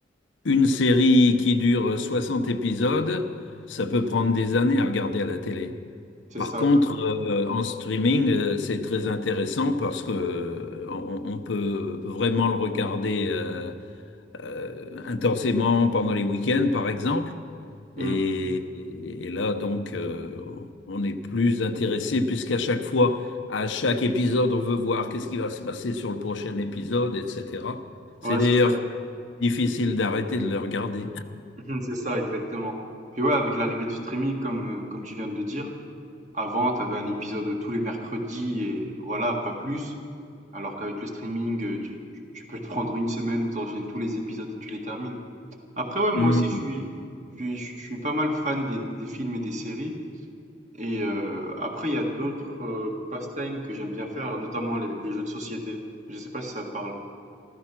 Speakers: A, on the left; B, on the right.
A: une série qui dure 60 épisodes, ça peut prendre des années à regarder à la télé.
B: C'est
A: Par
B: ça,
A: contre,
B: ouais.
A: euh, en streaming, euh, c'est très intéressant parce que euh, on, on peut vraiment le regarder euh, euh, intensément pendant les week-ends, par exemple.
B: Mmh.
A: Et, et- et là, donc, euh, on est plus intéressé puisqu'à chaque fois, à chaque épisode, on veut voir qu'est-ce qui va se passer sur le prochain épisode, etc. C'est
B: Ouais,
A: d'ailleurs
B: c'est ça.
A: difficile d'arrêter de le regarder.
B: <laughs> c'est ça, exactement. Puis ouais, avec l'arrivée du streaming, comme, heu, comme tu viens de le dire, avant, tu avais un épisode tous les mercredis et voilà, pas plus. Alors qu'avec le streaming, heu, tu tu tu peux te prendre une semaine où tu enchaînes tous les épisodes et tu les termines. Après ouais, moi
A: <laughs>
B: aussi je suis je suis je suis pas mal fan des des films et des séries. Et euh, après, il y a d'autres euh, pastimes que j'aime bien faire, notamment les, les jeux de société. Je sais pas si ça te parle.